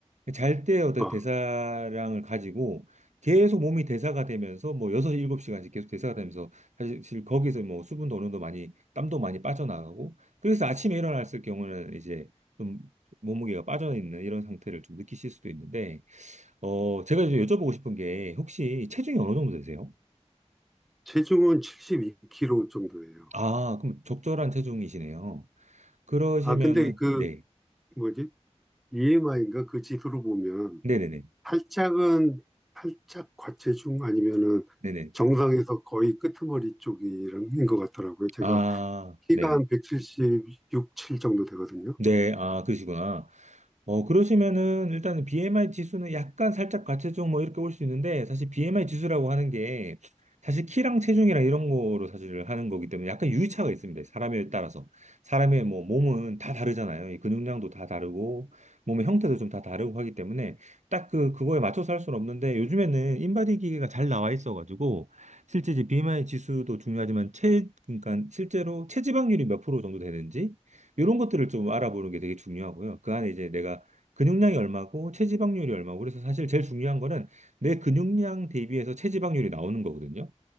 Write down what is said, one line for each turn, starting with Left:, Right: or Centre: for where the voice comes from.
Right: 잘 때 어떤
Centre: 아,
Right: 대사량을 가지고 계속 몸이 대사가 되면서 뭐 6, 7시간씩 계속 대사가 되면서 사실 거기서 뭐 수분도 어느 정도 많이 땀도 많이 빠져나가고 그래서 아침에 일어났을 경우는 이제 좀 몸무게가 빠져있는 이런 상태를 좀 느끼실 수도 있는데 어 제가 좀 여쭤보고 싶은 게 혹시 체중이 어느 정도 되세요?
Centre: 체중은 72kg 정도예요.
Right: 아 그럼 적절한 체중이시네요. 그러시면은
Centre: 아, 근데 그,
Right: 네
Centre: 뭐지? BMI인가? 그 지수로 보면,
Right: 네네네
Centre: 살짝은, 살짝 과체중 아니면은
Right: 네네
Centre: 정상에서 거의 끄트머리 쪽인 것 같더라고요. 제가
Right: 아
Centre: 키가
Right: 네네
Centre: 한 176, 7 정도 되거든요.
Right: 네, 아, 그러시구나. 어, 그러시면은 일단은 BMI 지수는 약간 살짝 과체중 뭐 이렇게 올 수 있는데 사실 BMI 지수라고 하는 게 사실 키랑 체중이랑 이런 거로 사실 하는 거기 때문에 약간 유의차가 있습니다. 사람에 따라서. 사람의 뭐 몸은 다 다르잖아요. 이 근육량도 다 다르고 몸의 형태도 좀 다 다르고 하기 때문에 딱 그, 그거에 맞춰서 할 수는 없는데 요즘에는 인바디 기계가 잘 나와 있어가지고 실제 이제 BMI 지수도 중요하지만 체, 그러니까 실제로 체지방률이 몇 프로 정도 되는지 이런 것들을 좀 알아보는 게 되게 중요하고요. 그 안에 이제 내가 근육량이 얼마고 체지방률이 얼마고 그래서 사실 제일 중요한 거는 내 근육량 대비해서 체지방률이 나오는 거거든요.